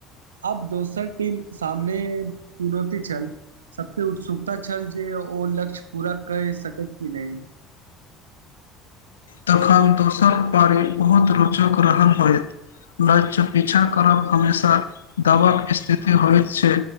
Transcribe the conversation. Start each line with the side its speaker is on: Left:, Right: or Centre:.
Right: अब दोसर टीम सामने चुनौती छल सबते उत्सुकता छल जे ओ लक्ष्य पूरा कए सकैत कि नै <inaudible>
Left: तखन दोसर पारी बहत रोचक रहल होयत लक्ष्य पीछा करब हमेशा दाबाक स्थिति होइत छै